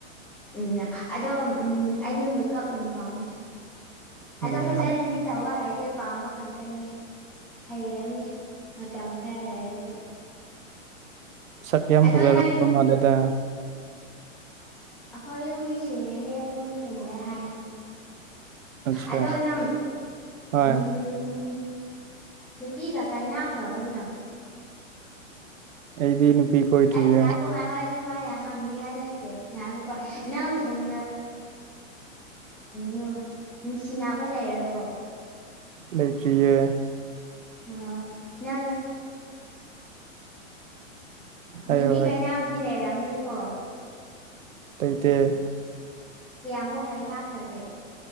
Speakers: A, in the centre; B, on the right.
A: ꯎꯝ ꯑꯗꯣ ꯎꯝ ꯑꯩꯗꯤ ꯃꯦꯀꯞ ꯌꯥꯝ ꯄꯥꯝꯃꯦ
B: ꯎꯝ
A: ꯑꯗꯣ ꯐꯖꯅꯗꯤ ꯇꯧꯕ ꯍꯩꯇꯦ ꯄꯥꯝꯕ ꯈꯛꯇꯪꯅꯤ ꯍꯩꯔꯅꯤ ꯃꯇꯝ ꯈꯔ ꯂꯩꯔꯗꯤ
B: ꯁꯛꯇꯤ ꯌꯥꯝ
A: ꯑꯗꯣ
B: ꯐꯖꯔꯝꯗꯧ
A: ꯅꯪ
B: ꯃꯥꯜꯂꯤꯗ
A: ꯑꯩꯈꯣꯏ ꯌꯨꯝ ꯃꯤꯁꯤꯡꯅꯗꯤ ꯑꯗꯨꯝ ꯐꯖꯩ ꯍꯥꯏꯌꯦ
B: ꯑꯠꯁꯥ
A: ꯑꯗꯣ ꯅꯝ
B: ꯍꯣꯏ
A: ꯎꯝ ꯅꯨꯄꯤꯒ ꯀꯥꯏꯅꯈ꯭ꯔꯕꯣ ꯅꯪ
B: ꯑꯩꯗꯤ ꯅꯨꯄꯤ ꯀꯣꯏꯗ꯭ꯔꯤꯌꯦ
A: ꯑꯁ ꯉꯥꯢꯈꯣ ꯉꯥꯢꯈꯣ ꯑꯩ ꯁꯨꯃꯥꯏꯅ ꯍꯥꯡꯅꯤꯉꯥꯏ ꯅꯠꯇꯦ ꯉꯥꯢꯈꯣꯀꯣ ꯅꯪ ꯎꯝ ꯅꯨ ꯅꯨꯡꯁꯤꯅꯕ ꯂꯩꯔꯕꯣ
B: ꯂꯩꯇ꯭ꯔꯤꯌꯦ
A: ꯑꯣ ꯅꯪ
B: ꯍꯥꯏꯌꯣ
A: ꯅꯨꯄꯤ ꯀꯥꯢꯅꯕꯗꯤ ꯂꯩꯔꯝꯅꯤꯀꯣ
B: ꯇꯩꯇꯦ
A: ꯀꯌꯥꯝꯃꯨꯛ ꯀꯥꯏꯅꯥꯈ꯭ꯔꯒꯦ